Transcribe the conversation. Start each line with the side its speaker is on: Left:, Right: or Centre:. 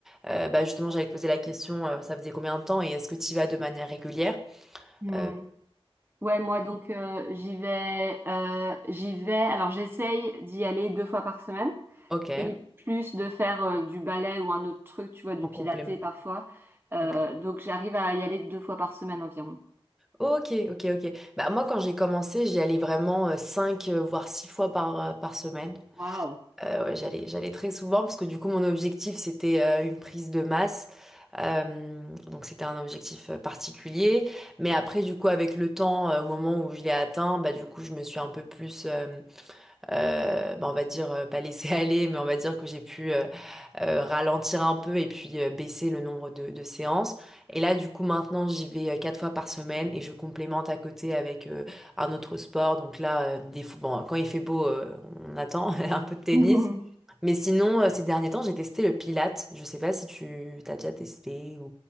Centre: Euh, bah, justement, j'allais te poser la question, euh, ça faisait combien de temps et est-ce que tu y vas de manière régulière?
Right: Hmm.
Centre: Euh,
Right: Ouais, moi, donc, euh, j'y vais, euh, j'y vais. Alors, j'essaye d'y aller deux fois par semaine.
Centre: ok,
Right: et plus de faire euh, du ballet ou un autre truc, tu vois, du
Centre: en
Right: pilates
Centre: complément.
Right: parfois. Euh,
Centre: Ok.
Right: donc j'arrive à y aller deux fois par semaine environ.
Centre: Ok, ok, ok. Bah, moi, quand j'ai commencé, j'y allais vraiment euh, cinq, euh, voire six fois par, euh, par semaine.
Right: Waouh.
Centre: Euh, ouais, j'allais, j'allais très souvent parce que du coup, mon objectif, c'était euh, une prise de masse. Euh, donc, c'était un objectif euh, particulier. Mais après, du coup, avec le temps, euh, au moment où je l'ai atteint, bah, du coup, je me suis un peu plus, euh, euh, bah, on va dire euh, pas laisser <laughs> aller, mais on va dire que j'ai pu euh, euh, ralentir un peu et puis euh, baisser le nombre de, de séances. Et là, du coup, maintenant, j'y vais euh, quatre fois par semaine et je complémente à côté avec euh, un autre sport. Donc là, euh, des fou- bon, quand il fait beau, euh, on attend <laughs> un peu de tennis.
Right: <laughs>
Centre: Mais sinon, euh, ces derniers temps, j'ai testé le Pilates. Je sais pas si tu t'as déjà testé ou,